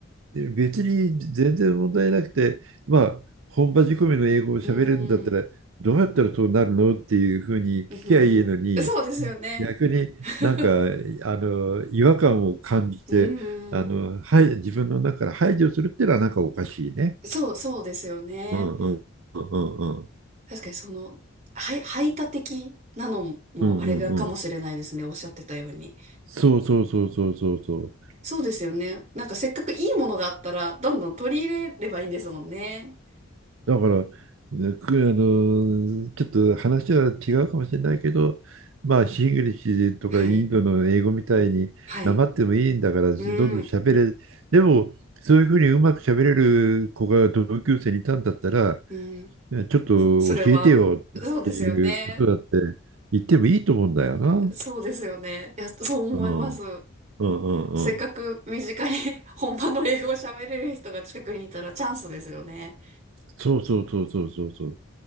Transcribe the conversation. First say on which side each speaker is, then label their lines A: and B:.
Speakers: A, on the right (about 70°); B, on the right (about 35°).
A: 別に全然問題なくて、まあ、本場仕込みの英語を喋れるんだったら、
B: うーん、
A: どうやったらそうなるのっていうふうに聞きゃいいのに、
B: うーん、そうですよね。
A: 逆になんか、
B: <laughs>
A: あの、違和感を感じて、
B: うーん、
A: あの、はい自分の中から排除するっていうのはなんかおかしいね。
B: そう、そうですよね。
A: うんうんうんうん
B: 確かにその、はい排他的なのもあれがかもしれないですね。
A: うんうんうんうん。
B: おっしゃってたように。
A: そうそうそうそうそうそう。
B: そうですよね。なんかせっかくいいものがあったら、どんどん取り入れればいいんですもんね。
A: だから、ねくあの、ちょっと話は違うかもしれないけど、まあ、シングリッシュとかインドの英語みたいに、
B: はい、はい。
A: なまってもいいんだから、どんどん喋れ。
B: うん、
A: でも、そういうふうにうまく喋れる子が同級生にいたんだったら、
B: うん。
A: ちょっと教えてよっていうことだって
B: それは、そうですよね。
A: 言ってもいいと思うんだよな。
B: そうですよね。いや、そう思います。
A: うん。うんうんうん。
B: せっかく身近に <laughs> 本場の英語を喋れる人が近くにいたらチャンスですよね。
A: そうそうそうそうそうそう。